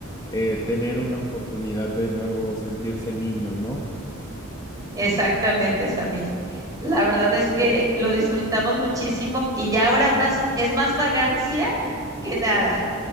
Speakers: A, on the left; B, on the right.
A: eh, tener una oportunidad de nuevo sentirse niños, ¿no?
B: Exactamente, Samir. La verdad es que lo disfrutamos muchísimo y ya ahora más es más vagancia que nada.